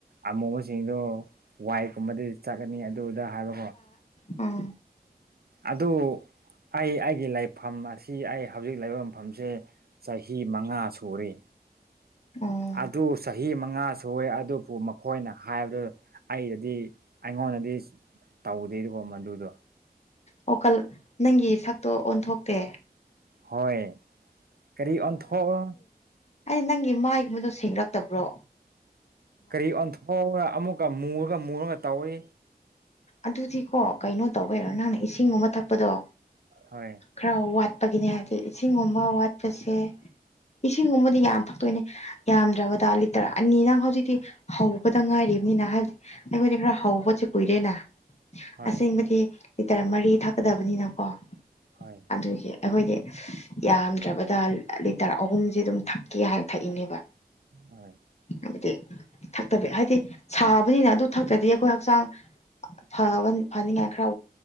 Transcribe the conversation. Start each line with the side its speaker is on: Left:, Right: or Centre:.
Right: ꯑꯃꯨꯕꯁꯤꯡꯗꯣ ꯋꯥꯏꯀꯨꯝꯕꯗ ꯆꯠꯀꯅꯤ ꯑꯗꯨꯗ ꯍꯥꯏꯕꯀꯣ
Left: ꯑꯥ
Right: ꯑꯗꯨ ꯑꯩ ꯑꯩꯒꯤ ꯂꯩꯐꯝ ꯑꯁꯤ ꯑꯩ ꯍꯧꯖꯤꯛ ꯂꯩꯐꯝ ꯃꯐꯝꯁꯦ ꯆꯍꯤ ꯃꯉꯥ ꯁꯔꯤ
Left: ꯎꯝ
Right: ꯑꯗꯨ ꯆꯍꯤ ꯃ ꯉꯥ ꯁꯨꯏ ꯑꯗꯨꯕꯨ ꯃꯈꯣꯏꯅ ꯍꯥꯏꯕꯗꯨ ꯑꯩꯗꯗꯤ ꯑꯩꯉꯣꯟꯗꯗꯤ ꯇꯧꯗꯦꯗꯤꯀꯣ ꯃꯗꯨꯗꯣ
Left: ꯑꯣ ꯀꯜ ꯅꯪꯒꯤ ꯁꯛꯇꯣ ꯑꯣꯟꯊꯣꯛꯇꯦ
Right: ꯍꯣꯏ ꯀꯔꯤ ꯑꯣꯟꯊꯣꯛꯑꯣ
Left: ꯑ ꯅꯪꯒꯤ ꯃꯥꯏꯒꯨꯝꯕꯗꯣ ꯁꯦꯡꯡꯂꯛꯇꯕ꯭ꯔꯣ
Right: ꯀꯔꯤ ꯑꯣꯟꯊꯣꯛꯔ ꯑꯃꯨꯛꯀ ꯃꯨꯔꯒ ꯃꯨꯔꯒ ꯇꯧꯔꯤ
Left: ꯑꯗꯨꯗꯤꯀꯣ ꯀꯩꯅꯣ ꯇꯧꯕꯦꯔꯣ ꯅꯪꯅ ꯏꯁꯤꯡ ꯑꯃ ꯊꯛꯄꯗꯣ
Right: ꯍꯣꯏ
Left: ꯈꯔ ꯋꯥꯠ ꯋꯥꯠꯄꯒꯤꯅꯦ ꯍꯥꯏꯗꯤ ꯏꯁꯤꯡꯒꯨꯝꯕ ꯋꯥꯠꯄꯁꯦ ꯏꯁꯤꯡꯒꯨꯝꯕꯗꯤ ꯌꯥꯝ ꯊꯛꯇꯣꯏꯅꯦ ꯌꯥꯝꯗ꯭ꯔꯕꯗ ꯂꯤꯇꯔ ꯑꯅꯤ ꯅꯪ ꯍꯧꯖꯤꯛꯇꯤ ꯍꯧꯕꯗ ꯉꯥꯏꯔꯤ ꯅꯤꯅ ꯍꯥꯏꯕꯗꯤ ꯑꯩꯈꯣꯏꯗꯤ ꯈꯔ ꯍꯧꯕꯠꯁꯦ ꯀꯨꯏꯔꯦꯅ
Right: ꯍꯣꯏ
Left: ꯑꯁꯦꯡꯕꯗꯤ ꯂꯤꯇꯔ ꯃꯔꯤ ꯊꯛꯀꯗꯕꯅꯤꯅꯀꯣ
Right: ꯍꯣꯏ
Left: ꯑꯗꯨꯒꯤ ꯑꯩꯈꯣꯏꯗꯤ ꯌꯥꯝꯗ꯭ꯔꯕꯗ ꯂꯤꯇꯔ ꯑꯍꯨꯝꯁꯦ ꯑꯗꯨꯝ ꯊꯛꯀꯦ ꯍꯥꯏꯥꯟꯅ ꯊꯛꯏꯅꯦꯕ
Right: ꯍꯣꯏ
Left: ꯍꯥꯏꯗꯤ ꯊꯛꯇꯕꯤ ꯍꯥꯏꯗꯤ ꯁꯥꯕꯅꯤꯅ ꯑꯗꯨ ꯊꯛꯇ꯭ꯔꯗꯤ ꯑꯩꯈꯣꯏ ꯍꯛꯆꯥꯡ ꯐꯕ ꯐꯅꯤꯉꯥꯏ ꯈꯔ